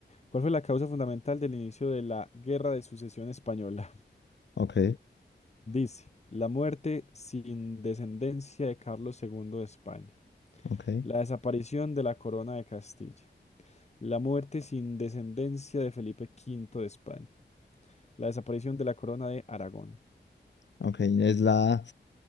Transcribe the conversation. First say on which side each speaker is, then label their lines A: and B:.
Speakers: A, on the left; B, on the left.
A: ¿cuál fue la causa fundamental del inicio de la Guerra de Sucesión Española? <laughs>
B: Ok,
A: Dice, la muerte sin descendencia de Carlos segundo de España,
B: ok,
A: la desaparición de la corona de Castilla, la muerte sin descendencia de Felipe quinto de España, la desaparición de la corona de Aragón.
B: ok. Es la...